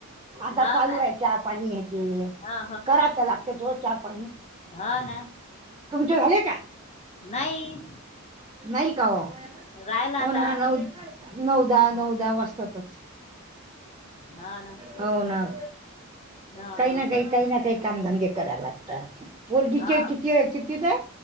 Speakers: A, on the right (about 20°); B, on the left (about 30°).
A: आता
B: हो
A: चालू
B: का
A: हाय चहा पाणी हे ते,
B: हा
A: करावं तर लागतेच हो चहा पाणी.
B: हा, ना.
A: तुमचे झाले काय?
B: नाही
A: नाही का हो‌.
B: राहिला
A: हो
B: आता
A: ना, नऊ, नऊ दहा, नऊ दहा वाजतातच.
B: हो ना
A: हो ना,
B: ह
A: काही
B: ह
A: ना काही, काही ना काही, कामधंदे करा लागतात, पोरगी
B: ह
A: के, की कितवित ये,